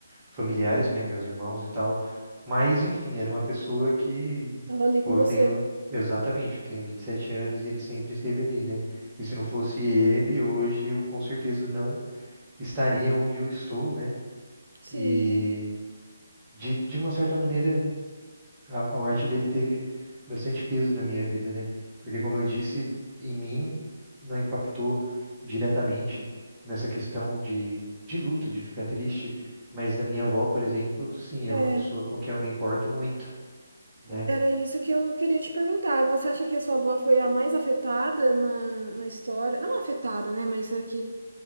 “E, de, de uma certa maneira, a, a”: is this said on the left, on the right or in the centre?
Right